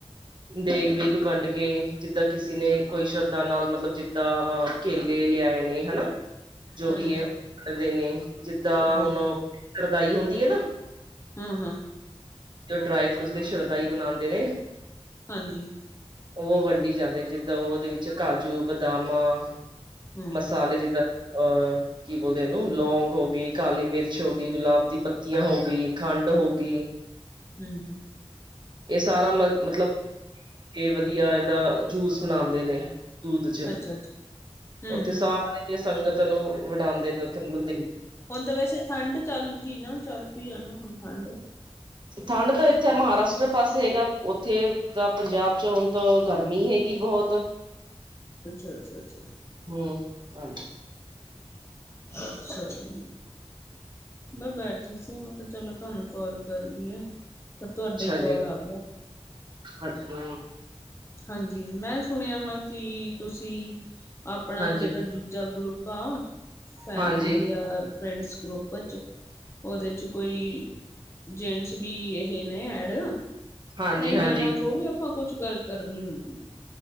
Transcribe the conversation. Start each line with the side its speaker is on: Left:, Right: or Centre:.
Right: ਦੇਗ ਵੇਗ ਵੰਡ ਕੇ ਜਿੱਦਾਂ ਕਿਸੇ ਨੇ ਕੋਈ ਸ਼ਰਧਾ ਨਾਲ ਮਤਲਬ ਜਿੱਦਾਂ ਅਹ ਕੇਲੇ ਲਿਆਏ ਨੇ ਹੈਨਾ ਜੋ
Left: ਹੂੰ
Right: ਵੀ ਹੈ ਉਹ ਕਰਦੇ ਨੇ ਜਿੱਦਾਂ
Left: ਹੂੰ,
Right: ਹੁਣ ਸ਼ਰਦਾਈ ਹੁੰਦੀ ਹੈ ਨਾ
Left: ਹਾਂ-ਹਾਂ
Right: ਡਰਾਈ ਫਰੂਟਸ ਦੀ ਸ਼ਰਦਾਈ ਬਣਾਉਂਦੇ ਨੇ
Left: ਹਾਂਜੀ
Right: ਉਹ ਵੰਡੀ ਜਾਂਦੇ ਜਿੱਦਾਂ ਉਹਦੇ ਵਿੱਚ ਕਾਜੂ ਬਦਾਮਾਂ
Left: ਹੂੰ,
Right: ਮਸਾਲੇ ਜਿੱਦਾਂ ਅਹ- ਕੀ ਬੋਲਦੇਨੂੰ ਲੌਂਗ ਹੋ ਗਈ ਕਾਲੀ ਮਿਰਚ ਹੋ ਗਈ ਗੁਲਾਬ ਦੀ ਪੱਤੀਆਂ ਹੋ ਗਈ ਖੰਡ ਹੋ ਗਈ
Left: ਹਮ-ਹਮ
Right: ਇਹ ਸਾਰਾ ਮ ਮਤਲਬ ਕਿ ਵਧੀਆ ਇਹਦਾ ਜੂਸ ਬਣਾਉਂਦੇ ਨੇ ਦੂਧ ਚ
Left: ਅੱਛਾ-ਅੱਛਾ ਹੂੰ,
Right: ਉੱਥੇ ਸਾਰੇ
Left: ਹੂੰ
Right: ਸੰਗਤ ਨੂੰ ਵਡਾਉਂਦੇ ਨੇ ਉੱਥੇ ਦੁਧ
Left: ਹੁਣ ਤਾਂ ਵੈਸੇ ਠੰਢ ਚੱਲ ਗਈ ਨਾ ਚੱਲ ਪਈ ਆ ਨਾ ਹੁਣ ਠੰਡ
Right: ਠੰਡ ਤਾਂ ਇੱਥੇ ਮਹਾਰਾਸ਼ਟਰ ਪਾਸੇ ਹੈਗਾ ਉੱਥੇ ਤਾਂ ਪੰਜਾਬ ਚ ਹੁਣ ਤਾਂ ਗਰਮੀ ਹੈਗੀ ਬਹੁਤ
Left: ਅੱਛਾ-ਅੱਛਾ-ਅੱਛਾ
Right: ਹਮ ਚ
Left: ਅੱਛਾ ਜੀ ਮੈਂ ਬੈਠੀ ਸੀ ਮੈਂ ਕਿਹਾ ਚਲੋ ਤੁਹਾਨੂੰ ਕਾਲ ਕਰ ਲਈ ਹੈ ਪਰ ਤੁਹਾਡਾ ਹੀ
Right: ਜੀ
Left: ਕਾਲ ਆ ਗਿਆ
Right: ਅੱਛਾ
Left: ਹਾਂਜੀ ਮੈਂ ਸੁਣਿਆ ਵਾ ਕਿ ਤੁਸੀਂ ਆਪਣਾ
Right: ਹਾਂਜੀ
Left: ਜਿਹੜਾ
Right: ਹਾਂਜੀ
Left: ਦੂਜਾ ਗਰੁੱਪ ਆ ਫੈਮਲੀ
Right: ਹਾਂਜੀ
Left: ਆ ਫਰੈਂਡਸ ਗਰੁੱਪ ਉਹਦੇ ਚ ਕੋਈ ਜੇਨਟਸ ਵੀ ਇਹ ਨੇ ਐਡ
Right: ਹਾਂਜੀ
Left: ਤਾਂ ਇਹਨਾਂ
Right: ਹਾਂਜੀ
Left: ਨਾਲ ਥੋੜ੍ਹੀ ਆਪਾਂ ਕੁਛ ਗੱਲ ਕਰਨੀ ਹੁੰਦੀ ਹੈ